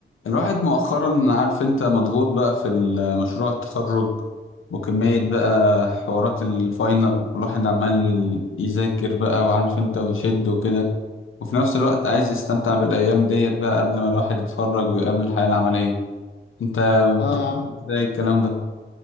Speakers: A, on the left; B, on the left.
A: الواحد مؤخرا عارف انت مضغوط بقى في ال- مشروع التخرج وكمية بقى حوارات الفاينل والواحد عمال يذاكر بقى وعارف انت ويشد وكده وفي نفس الوقت عايز يستمتع بالأيام ديت بقى قبل ما الواحد يتخرج ويقابل الحياة العملية انت بتقول
B: اه يا عم
A: ازاي الكلام ده